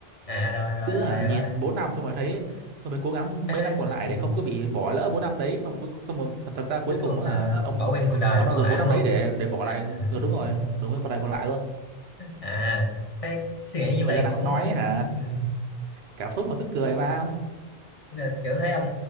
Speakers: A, on the left; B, on the right.
A: à rồi rồi
B: cứ
A: rồi
B: hả
A: hiểu
B: nhìn
A: rồi.
B: bốn năm xong rồi thấy xong rồi cố gắng
A: Thế
B: mấy
A: nó
B: năm còn lại
A: ừ.
B: để không có bị bỏ lỡ bốn năm đấy xong rồi cuối- xong rồi thật thật ra cuối
A: Thế cuối
B: cùng
A: cùng
B: á
A: là
B: hả ông
A: bảo nguyên phần đời
B: ông
A: luôn
B: đang
A: còn
B: dùng
A: lại
B: bốn
A: đúng
B: năm
A: không?
B: đấy để để bỏ lại
A: <laughs>
B: ừ đúng rồi đúng rồi phần đời còn lại luôn
A: À thế suy nghĩ
B: người
A: như vậy
B: ta đang
A: cũng
B: nói hả
A: ừ.
B: cảm xúc mà cứ cười ba
A: Thế là kiểu thấy ông